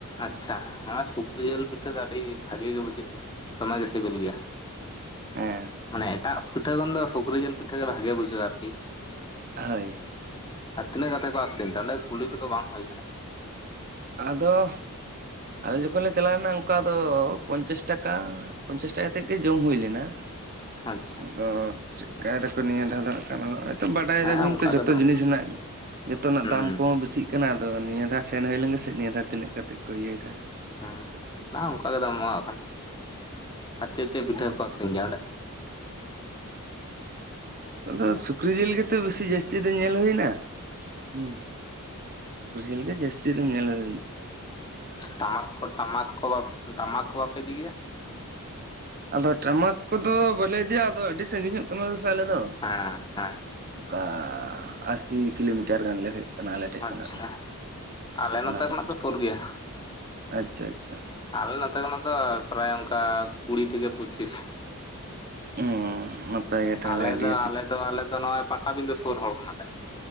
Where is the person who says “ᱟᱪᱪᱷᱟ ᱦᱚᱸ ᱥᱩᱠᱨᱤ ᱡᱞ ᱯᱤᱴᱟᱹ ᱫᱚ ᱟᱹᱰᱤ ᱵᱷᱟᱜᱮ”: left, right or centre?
Left